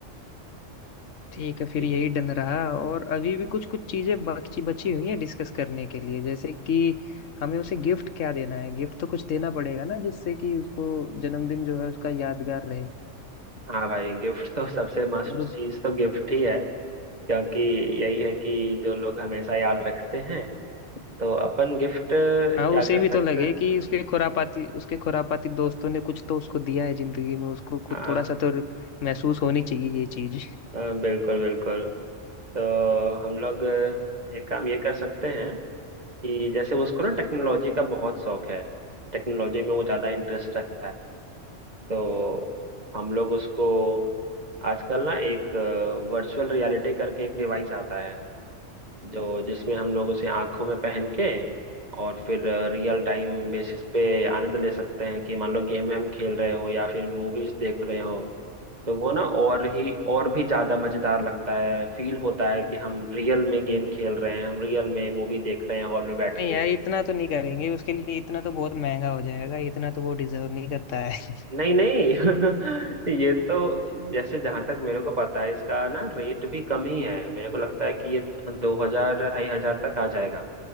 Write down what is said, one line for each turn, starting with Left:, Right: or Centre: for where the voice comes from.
Left: ठीक है फिर
Right: ठीक
Left: यही
Right: है
Left: डन रहा और अभी भी कुछ कुछ चीजें बची बची हुई हैं डिस्कस करने के लिए जैसे कि हमें उसे गिफ्ट क्या देना है गिफ्ट तो कुछ देना पड़ेगा ना जिससे कि उसको जन्मदिन जो है उसका यादगार रहे
Right: हाँ भाई गिफ्ट तो सबसे मस्ट
Left: और उस
Right: चीज़ तो गिफ्ट ही है क्योंकि यही है कि जो लोग हमेशा याद रखते हैं तो अपन गिफ्ट
Left: हाँ
Right: क्या
Left: उसे
Right: कर
Left: भी तो
Right: सकते
Left: लगे
Right: हैं
Left: कि उसके खुरापाती उसके खुरापाती दोस्तों ने कुछ तो उसको दिया है जिंदगी में उसको
Right: आ,
Left: खुद थोड़ा सा तो महसूस होनी चाहिए ये चीज
Right: आ, बिल्कुल बिल्कुल तो हम लोग एक काम ये कर सकते हैं कि जैसे उसको ना टेक्नोलॉजी का बहुत शौक है टेक्नोलॉजी में वो ज्यादा इंटरेस्ट रखता है तो हम लोग उसको आजकल ना एक वर्चुअल रियलिटी करके एक डिवाइस आता है जो जिसमें हम लोग उसे आंखों में पहन के और फिर रियल टाइम बेसिस पे आनंद ले सकते हैं कि मान लो गेम हम खेल रहे हो या फिर मूवीज देख रहे हो तो वो ना और ही और भी ज्यादा मजेदार लगता है फील होता है कि हम रियल में गेम खेल रहे हैं हम रियल में मूवी देख रहे हैं हॉल में बैठ
Left: नहीं
Right: के
Left: यार इतना तो नहीं करेंगे उसके लिए इतना तो बहुत महंगा हो जाएगा इतना तो वो डिजर्व नहीं करता है
Right: नहीं नहीं <laughs> ये तो जैसे जहां तक मेरे को पता है इसका ना रेट भी कम ही है मेरे को लगता है कि ये दो हजार ढाई हजार तक आ जाएगा